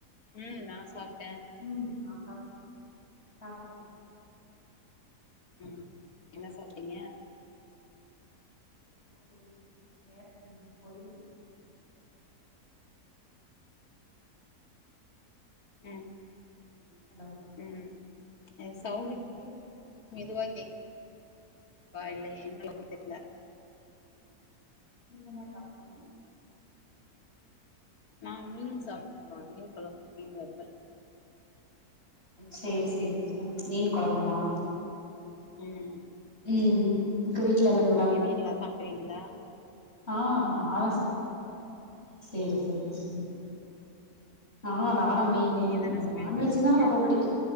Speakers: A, on the left; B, on the left.
A: ம் நா சாப்ட்ட
B: ம் நா சாப்ட்ட சாப்ட்ட சாப்ட்ட
A: ம் என்ன சாப்ட்டீங்க
B: என்ன பொரியல் கேரட் பீன்ஸ் பொரியல்
A: ம்
B: ஹலோ
A: ம் எ சவுண்ட்டு
B: நீங்க என்ன சாப்
A: மெதுவா கேக்குது ப்பா இல்ல என்ன ஓ தெரில
B: நீங்க என்ன சாப்ட்டீங்க
A: நா மீன் சாப்ட்டே தோழி மீன் கொழம்பு மீன் வறுவல்
B: சேரி சேரி மீன் கொழம்புங்ளா
A: ம்
B: ம் உங்க வீட்ல எல்லாம்
A: நீங்க மீனெல்லாம் சாப்புடுவீங்களா
B: ஆ நால்லா சாப் சேரி சேரி சேரி ஆ நாலா மீனு
A: நீங்க தான
B: எனக்
A: சமையல்
B: நான்வெஜ்ஜு
A: பண்ணுவீங்க
B: தா ரொம்ப புடிக்கு